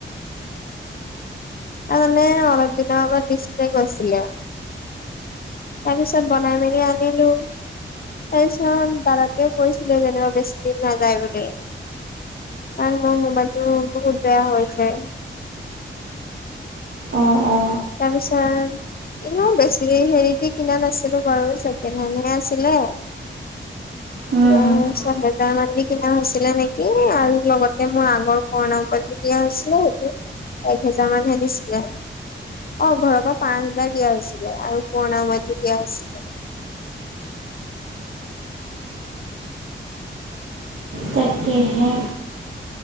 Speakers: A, on the left (about 45°); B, on the right (about 85°).
A: তাৰমানে অলপ দিনৰ আগত ডিছপ্লে গৈছিলে। তাৰপিছত বনাই মেলি আনিলোঁ। তাৰপিছত দাদাটোৱে কৈছিলে যেনিবা বেছি দিন নাযায় বুলি। কাৰণ মোৰ মোবাইলটো বহুত বেয়া হৈছে।
B: অ', অ'।
A: তাৰপিছত এনেও বেছি হেৰি দি কিনা নাছিলোঁ বাৰু ছেকেণ্ড হেণ্ডহে আছিলে।
B: অঁ
A: উম, ছয় হেজাৰ মান দি কিনা হৈছিলে নেকি আৰু লগতে মোৰ আগৰ পুৰণা মোবাইলটো দিয়া হৈছিলে সেইটো এক হেজাৰ মানহে দিছিলে। অ', ঘৰৰ পৰা পাঁচ হাজাৰ দিয়া হৈছিলে আৰু পুৰণা মোবাইলটো দিয়া হৈছিলে।
B: তাকেহে।